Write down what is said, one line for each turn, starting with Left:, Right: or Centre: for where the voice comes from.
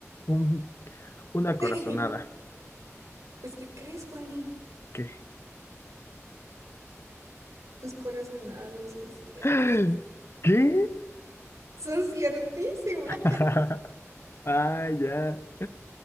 Left: un, una corazonada.
Right: <laughs> Pues, ¿qué crees, Juani?
Left: ¿Qué?
Right: Tus corazonadas no son ciertas.
Left: <gasps> ¿Qué?
Right: Son ciertísimas.
Left: <laughs> Ah, ya.